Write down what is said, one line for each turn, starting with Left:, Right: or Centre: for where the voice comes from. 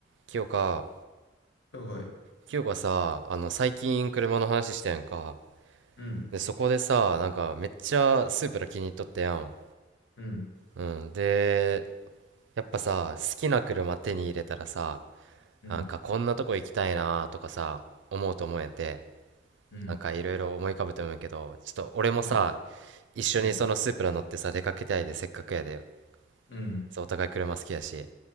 Right: 清香、
Left: はいはい。
Right: 清香さ、あの、最近車の話したやんか。
Left: うん、
Right: で、そこでさ、なんか、めっちゃスープラ気に入っとったやん。
Left: うん、
Right: うん。で、やっぱさ、好きな車手に入れたらさ、
Left: うん、
Right: なんか、こんなとこ行きたいなとかさ、思うと思えんて。
Left: うん、
Right: なんか、いろいろ思い浮かぶと思うけど、ちょっと、俺もさ、
Left: うん、
Right: 一緒にそのスープラ乗ってさ、
Left: うん、
Right: 出かけたいで、せっかくやで。
Left: うん、
Right: そう、お互い車好きやし。